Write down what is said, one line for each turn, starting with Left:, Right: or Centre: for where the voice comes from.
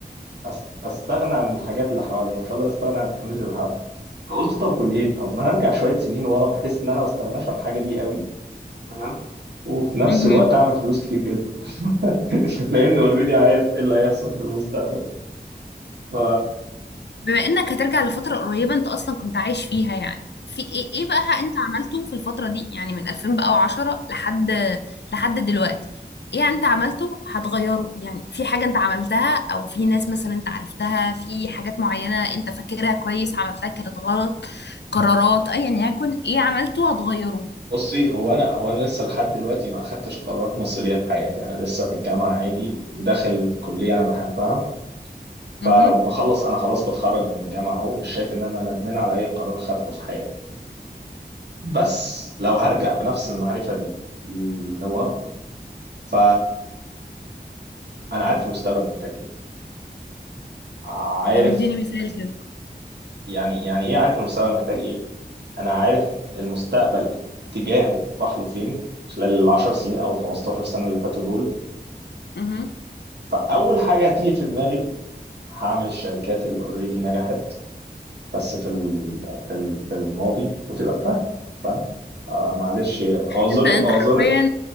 Right: أس- استغنى عن الحاجات اللي حواليا مش هقدر استغنى عن التكنولوجيا اللي حواليا فقلت طب وليه طب ما انا ارجع شويه سنين ورا بحيث ان انا ما استغناش عن الحاجه دي قوي تمام وفي نفس
Left: مهم.
Right: الوقت اعمل فلوس كتير جدا <laughs> لان اوريدي عارف ايه اللي هيحصل في المستقبل ف
Left: بما انك هترجع لفترة قريبة انت اصلا كنت عايش فيها يعني في ايه ايه بقى انت عملته في الفترة دي يعني من 2010 لحد لحد دلوقتي ايه انت عملته هتغيره يعني في حاجة انت عملتها او في ناس مثلا انت عرفتها في حاجات معينة انت فاكرها كويس عملتها كانت غلط قرارات ايا يكن ايه عملته هتغيره
Right: بصي هو انا هو انا لسه لحد دلوقتي ما اخدتش قرارات مصيريه في حياتي انا لسه في الجامعه عادي وداخل كليه انا بحبها
Left: اها
Right: ف وبخلص انا خلاص بتخرج من الجامعه اهو مش شايف ان انا ندمان على اي قرار خدته في حياتي بس لو هرجع بنفس المعرفه دي لورا ف انا عارف المستقبل محتاج ايه عارف
Left: طب اديني مثال كده
Right: يعني يعني ايه عارف المستقبل محتاج ايه انا عارف المستقبل اتجاهه راح لفين خلال العشر سنين او ال 15 سنه اللي فاتوا دول
Left: اها
Right: فاول حاجه هتيجي في دماغي هعمل الشركات اللي اوريدي نجحت بس في ال- في ال- في الماضي وتبقى بتاعتي فاهم آه معلش اعذري
Left: انت انت
Right: اعذري
Left: حرفيا